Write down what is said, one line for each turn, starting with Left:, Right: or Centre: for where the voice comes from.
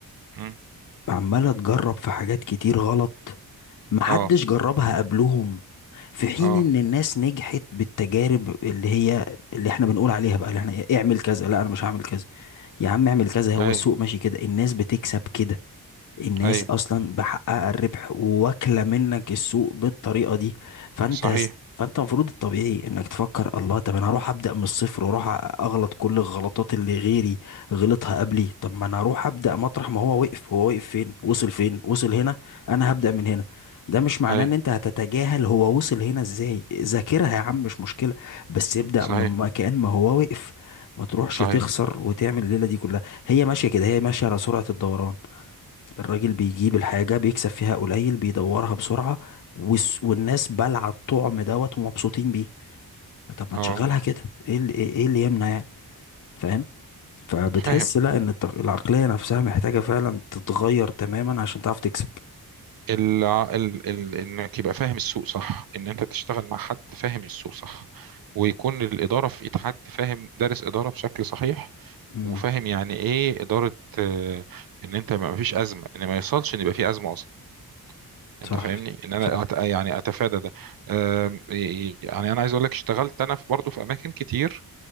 Right: مم.
Left: عمالة تجرب في حاجات كتير غلط محدش
Right: اه
Left: جربها قبلهم في حين
Right: اه
Left: ان الناس نجحت بالتجارب اللي هي اللي احنا بنقول عليها بقى اللي احنا إيه، اعمل كذا لا انا مش هعمل كذا يا عم اعمل كذا هو
Right: اي
Left: السوق ماشي كده الناس بتكسب كده الناس
Right: اي
Left: اصلا بحقها الربح وواكله منك السوق بالطريقه دي فانت
Right: صحيح
Left: فانت المفروض الطبيعي انك تفكر الله طب انا هروح ابدا من الصفر واروح اغلط كل الغلطات اللي غيري غلطها قبلي طب ما انا هروح ابدا مطرح ما هو وقف هو وقف فين وصل فين وصل هنا انا هبدا من هنا ده مش معناه
Right: اي
Left: ان انت هتتجاهل هو وصل هنا ازاي ذاكرها يا عم مش مشكله بس ابدا
Right: صحيح
Left: من مكان ما هو وقف ما تروحش
Right: صحيح
Left: تخسر وتعمل الليله دي كلها هي ماشيه كده هي ماشيه على سرعه الدوران الراجل بيجيب الحاجة بيكسب فيها قليل بيدورها بسرعة والس- والناس بلع الطعم دوت ومبسوطين بيه ما طب
Right: اه
Left: ما تشغلها كده ايه اللي, ايه إيه اللي يمنع يعني فاهم فبتحس
Right: فاهم
Left: لا ان التق- العقلية نفسها محتاجة فعلا تتغير تماما عشان تعرف تكسب
Right: الع... ال... ال... انك يبقى فاهم السوق صح ان انت تشتغل مع حد فاهم السوق صح ويكون الاداره في ايد حد فاهم دارس اداره بشكل صحيح
Left: امم
Right: وفاهم يعني ايه اداره آه، ان انت ما فيش ازمه ان ما يوصلش ان يبقى في ازمه اصلا انت
Left: صح
Right: فاهمني ان انا
Left: صح
Right: أت... يعني اتفادى ده آم، يعني انا عايز اقول لك اشتغلت انا في برضه في اماكن كتير